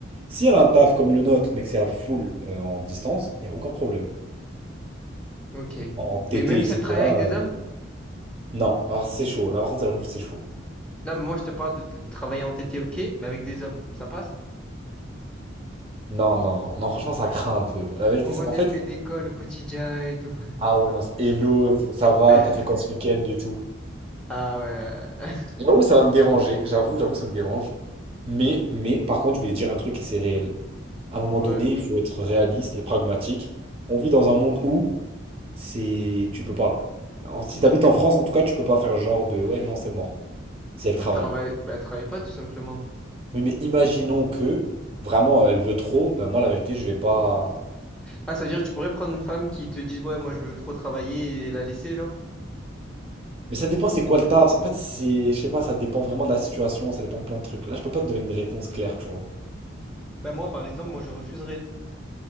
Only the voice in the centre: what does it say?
Ok.
Mais même
si elle travaille avec des
hommes?
Là, moi, je te parle de de travailler en TT, ok, mais avec des hommes, ça passe?
En mode,
elle
fait des cols au quotidien et tout.
<laughs>
Ah ouais. <laughs>
Ouais.
Elle travaille, bah, elle travaille pas tout simplement.
Ah, ça veut dire que tu pourrais prendre une femme qui te dit, ouais, moi je veux trop travailler et la laisser, genre?
Bah moi, par exemple, moi je refuserais.